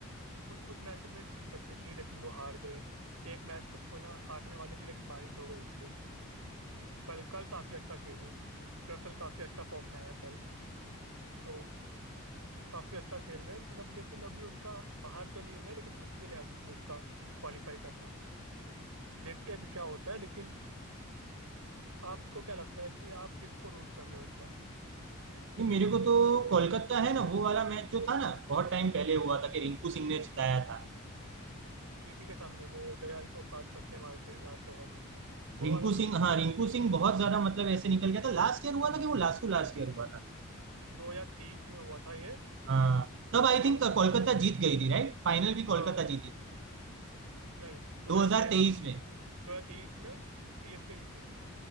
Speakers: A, on the right; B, on the right.
A: कुछ कुछ मैच में जीत सकती थी लेकिन वो हार गई एक मैच तो पुनः हारने वाली थी लेकिन बारिश हो गई उस दिन कल कल काफी अच्छा खेली रसल काफी अच्छा फॉर्म में आया कल तो काफी अच्छा खेल रहे हैं मतलब लेकिन अभी उनका बाहर तो नहीं हुआ है लेकिन मुश्किल है अभी भी उनका क्वालिफाई करना देखते हैं अभी क्या होता है लेकिन आपको क्या लगता है कि आप किसको रूट कर रहे हो इस बार
B: ये मेरे को तो कोलकाता है ना वो वाला मैच जो था ना बहुत टाइम पहले हुआ था कि रिंकू सिंह ने जिताया था
A: जीटी के सामने वो दयाल को पांच छक्के मार के लास्ट ओवर में वो
B: रिंकू
A: वाला
B: सिंह हाँ रिंकू सिंह बहुत ज्यादा मतलब ऐसे निकल गया था लास्ट ईयर हुआ था कि वो लास्ट टू लास्ट ईयर हुआ था
A: 2023 में हुआ था ये
B: हाँ तब आई
A: अ,
B: थिंक कोलकाता जीत गई थी राइट फाइनल भी
A: हाँ
B: कोलकाता जीती थी
A: नहीं 2013
B: 2023
A: में
B: में
A: 2023 में सीएसके जीती थी